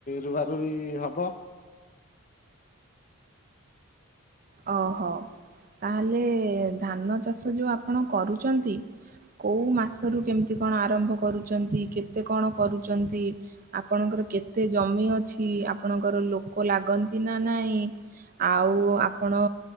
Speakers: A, on the left; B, on the right.
A: ରୁଆ ରୁଇ ହବ।
B: ଓହୋ ତାହେଲେ ଧାନ ଚାଷ ଯେଉଁ ଆପଣ କରୁଛନ୍ତି କେଉଁ ମାସରୁ କେମିତି କଣ ଆରମ୍ଭ କରୁଛନ୍ତି କେତେ କଣ କରୁଛନ୍ତି? ଆପଣଙ୍କର କେତେ ଜମି ଅଛି ଆପଣଙ୍କର ଲୋକ ଲାଗନ୍ତି ନା ନାଇଁ? ଆଉ ଆପ ଆପଣ